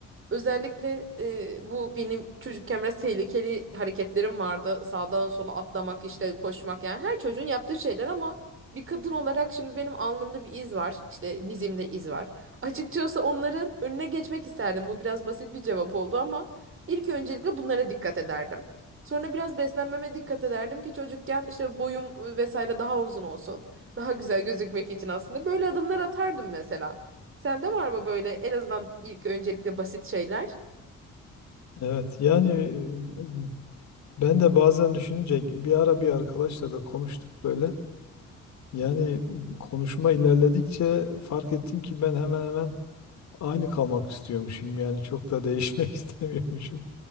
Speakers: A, on the right; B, on the left.
A: Özellikle e, bu benim çocukken biraz tehlikeli hareketlerim vardı. Sağdan sola atlamak, işte koşmak yani her çocuğun yaptığı şeyler ama bir kadın olarak şimdi benim alnımda bir iz var. İşte dizimde iz var. Açıkçası onların önüne geçmek isterdim. Bu biraz basit bir cevap oldu ama ilk öncelikle bunlara dikkat ederdim. Sonra biraz beslenmeme dikkat ederdim ki çocukken işte boyum e, vesaire daha uzun olsun. Daha güzel gözükmek için aslında böyle adımlar atardım mesela. Sende var mı böyle en azından ilk öncelikle basit şeyler?
B: Evet yani e, ben de bazen düşününce bir ara bir arkadaşla da konuştuk böyle. Yani konuşma ilerledikçe fark ettim ki ben hemen hemen aynı kalmak istiyormuşum yani çok da değişmek <laughs> istemiyormuşum.